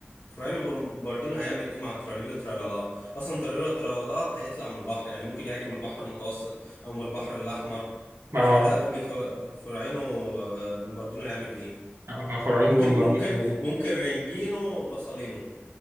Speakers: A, on the left; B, on the right.
A: فراينو بر- باردينو هيعمل ايه مع تراليلو ترالا لا اصلا تراليلو ترالا لا هيطلع من البحر يعني ممكن يهاجم من البحر المتوسط او من البحر الاحمر
B: ما
A: ساعتها قول لي ف- فراينو آه، بومباردينو هيعمل ايه
B: ما- فروعينو
A: ممكن
B: بومباردينو
A: ممكن
B: هو-
A: ممكن رينجينو وباسولينو